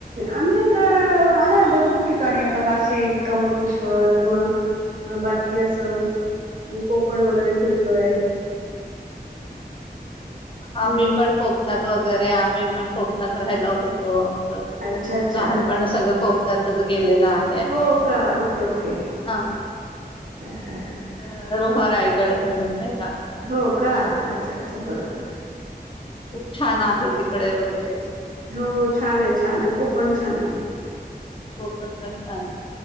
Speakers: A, on the right; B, on the left.
A: आम्ही आता, आहे भरपूर ठिकाणी, आता नाशिक त्र्यंबकेश्वर किंवा अ... बाकी असं कोकण वगैरे फिरलोय
B: <inaudible> आम्ही
A: हम्म
B: पण कोकणात वगैरे... आम्ही पण कोकणात राहायला होतो. आमचं
A: अच्छा अच्छा
B: पण सगळं कोकणातच गेलेलं आहे.
A: हो का? Okay okay.
B: हा
A: हंहं.. हंहं
B: अ रोहा रायगड म्हणून नाई का?
A: हो का? अच्छा अच्छा
B: हा,
A: बरोबर.
B: खूप छान आहे, तिकडे वगैरेच
A: हो, छान ए... छान ए... कोकण छान ए
B: कोकण पण छान ए...